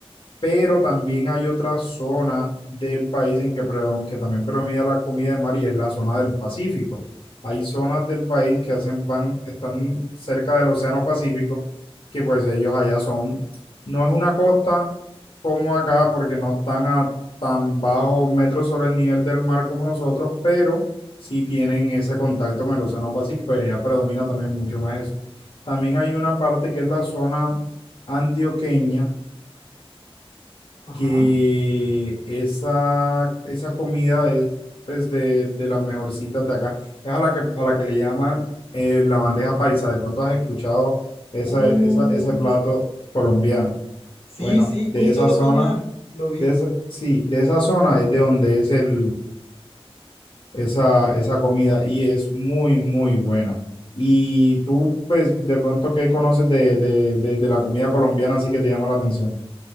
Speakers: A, on the left; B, on the left.
A: pero también hay otra zona del país en que, predom- que también predomina la comida de mar y es la zona del Pacífico. Hay zonas del país que hacen, van, están cerca del Océano Pacífico, que pues ellos allá son, no es una costa como acá, porque no están a tan bajo metros sobre el nivel del mar como nosotros, pero sí tienen ese contacto con el Océano Pacífico y allá predomina también mucho más eso. También hay una parte que es la zona antioqueña,
B: Ajá.
A: que esa, esa comida es pues, de, de las mejorcitas de acá. Es a la que, a la que le llaman eh, la bandeja paisa. De pronto has escuchado esa,
B: Uy,
A: esa- ese plato colombiano.
B: sí,
A: Bueno,
B: sí,
A: de
B: justo
A: esa
B: el
A: zona,
B: otro día lo vi.
A: de esa, sí, de esa zona es de donde es el, esa, esa comida y es muy, muy buena. Y tú, pues, de pronto, ¿qué conoces de, de, de de la comida colombiana así que te llama la atención?